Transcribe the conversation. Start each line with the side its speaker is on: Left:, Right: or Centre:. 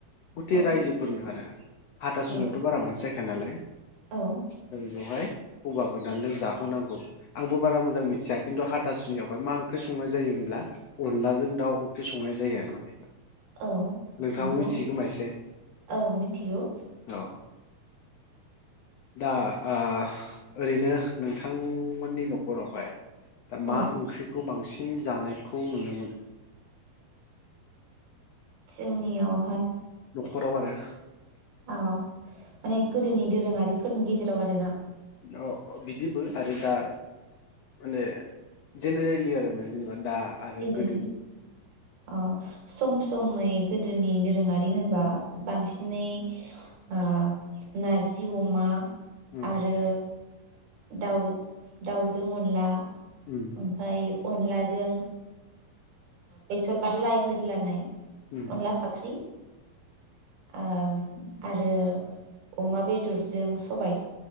Left: गुथे
Right: औ
Left: रायजोफोरनो आरो हाथासुनाययावथ'
Right: औ
Left: बारा मानसि जाखा यानालाय
Right: औ
Left: दा बेवहाय <unintelligible> गोदाननो जाहोनांगौ आंबो बारा मोजां मिथिया खिन्थु हाथासुनियावहाय मा ओंख्रि संनाय जायो होनब्ला अनलाजों दाउ ओंख्रि स संनाय जायो आरो माने
Right: औ
Left: नोंथाङाबो
Right: नोंगौ
Left: मिथियो खोमा एसे
Right: औ मिन्थिगौ।
Left: औ दा आ ओरैनो नोंथांमोननि न'खरावहाय दा मा
Right: औ
Left: ओंख्रिखौ बांसि फिन जानायखौ नुनो मोनो।
Right: जोंनियाव
Left: न'खराव आरो
Right: औ माने गोदोनि दोरोङारिफोरनि गेजेराव आरोना?
Left: आरो अ बिदिबो आरो दा माने जेनेरेलि आरो माने जेनेबा दा आरो
Right: जेनेरेलि
Left: गोदोब
Right: अ सम समै गोदोनि दोरोङारि होनबा बांसिनै ओ नारजि अमा
Left: उम
Right: आरो दाउ दाउजों अनला -
Left: उम
Right: ओमफाय अनलाज जों बेसर बा लाइ होदलानाय।
Left: उम
Right: अनला फाख्रि ओब आरो अमा बेदरजों सबाय